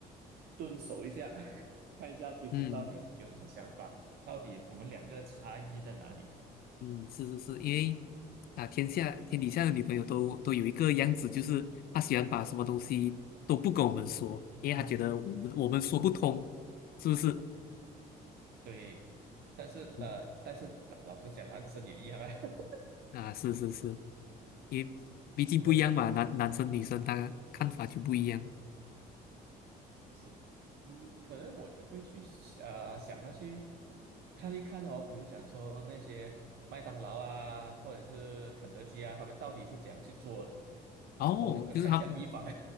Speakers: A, on the right; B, on the left.
A: 蹲守一下，<laughs> 看一下其实到底有什么想法，
B: 嗯
A: 到底我们两个差异在哪里。
B: 嗯是是是，因为啊天下天底下的女朋友都都有一个样子，就是她喜欢把什么东西都不跟我们说，因为她觉得我们我们说不通，
A: 嗯，
B: 是不是？
A: 对。但是呃，
B: 嗯
A: 但是老老实讲，男生也一样啊。<laughs>
B: 啊是是是，因为毕竟不一样嘛，
A: 不过
B: 男男生女生他看法就不一样。
A: 是，嗯，可能我也会去呃想要去看一看哦，比如讲说那些麦当劳啊，或者是肯德基啊，他们到底是怎样去做的，
B: 哦，
A: 偷呃看一下秘方。
B: 就是他，
A: <laughs>